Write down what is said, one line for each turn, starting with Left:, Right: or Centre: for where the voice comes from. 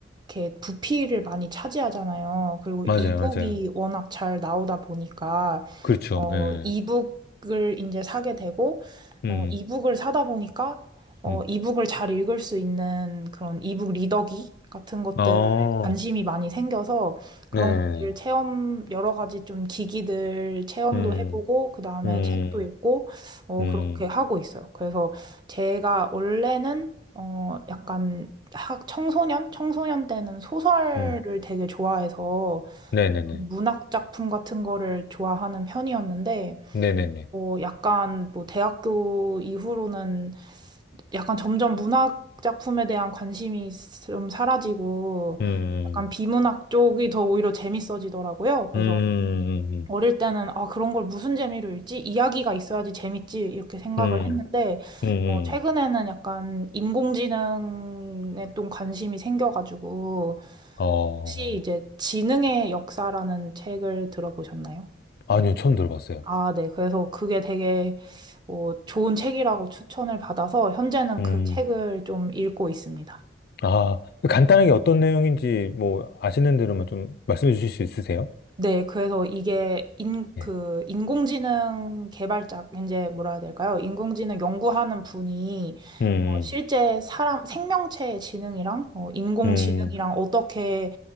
Right: 이렇게 부피를 많이 차지하잖아요. 그리고
Left: 맞아요,
Right: 이북이
Left: 맞아요.
Right: 워낙 잘 나오다 보니까
Left: 그렇죠.
Right: 어,
Left: 예.
Right: 이북을 이제 사게 되고,
Left: 음,
Right: 어, 이북을 사다 보니까, 어,
Left: 음.
Right: 이북을 잘 읽을 수 있는 그런 이북 리더기 같은 것들에
Left: 어,
Right: 관심이 많이 생겨서 그런
Left: 네.
Right: 것들 체험, 여러 가지 좀 기기들 체험도
Left: 음,
Right: 해보고, 그 다음에
Left: 음,
Right: 책도 읽고, 어,
Left: 음,
Right: 그렇게 하고 있어요. 그래서 제가 원래는, 어, 약간 학, 청소년? 청소년 때는 소설을
Left: 음.
Right: 되게 좋아해서,
Left: 네네 네.
Right: 문학 작품 같은 거를 좋아하는 편이었는데,
Left: 네 네 네.
Right: 어, 약간 뭐 대학교 이후로는 약간 점점 문학 작품에 대한 관심이 좀 사라지고,
Left: 음,
Right: 약간 비문학 쪽이 더 오히려 재밌어지더라고요. 그래서
Left: 음, 음, 음,
Right: 어릴 때는 아, 그런 걸 무슨 재미로 읽지? 이야기가 있어야지 재밌지. 이렇게 생각을
Left: 음,
Right: 했는데,
Left: 음.
Right: 어, 최근에는
Left: 음.
Right: 약간 인공지능에 좀 관심이 생겨가지고,
Left: 어,
Right: 혹시 이제 지능의 역사라는 책을 들어보셨나요?
Left: 아니요, 처음 들어봤어요.
Right: 아, 네. 그래서 그게 되게 어, 좋은 책이라고 추천을 받아서 현재는
Left: 음,
Right: 그 책을 좀 읽고 있습니다.
Left: 아, 간단하게 어떤 내용인지 뭐 아시는 대로만 좀 말씀해 주실 수 있으세요?
Right: 네, 그래서 이게 인, 그,
Left: 예.
Right: 인공지능 개발자, 이제 뭐라 해야 될까요? 인공지능 연구하는 분이
Left: 음,
Right: 어, 실제 사람, 생명체의 지능이랑 어, 인공지능이랑
Left: 음,
Right: 어떻게